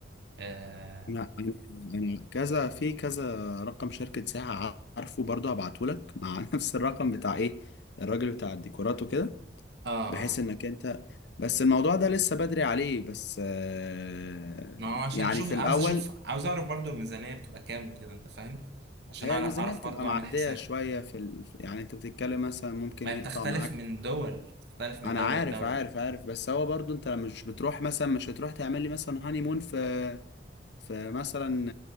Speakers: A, on the right (about 60°); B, on the left (about 65°).
A: اه
B: انا انا أنا كذا في كذا رقم شركة ساعة عارفه برضه هبعته لك مع <laughs> نفس الرقم بتاع ايه الراجل بتاع الديكورات وكده
A: اه
B: بحيث
A: آه.
B: انك انت بس الموضوع ده لسه بدري عليه بس آه،
A: ما هو عشان
B: يعني
A: نشوف
B: في
A: عاوز
B: الاول
A: اشوف عاوز اعرف برضو الميزانية بتبقى كام وكده انت فاهم عشان
B: هي
A: اعرف
B: الميزانية
A: اعرف
B: بتبقى
A: برضو
B: معدية
A: اعمل حسابي
B: شوية في ال... يعني انت بتتكلم مثلا ممكن
A: ما هي
B: يقطع
A: بتختلف
B: معاك
A: من دول بتختلف من
B: انا
A: دولة
B: عارف
A: لدولة
B: عارف عارف بس هو برضه انت مش بتروح مثلا مش هتروح تعمل لي مثلا هاني مون في في مثلا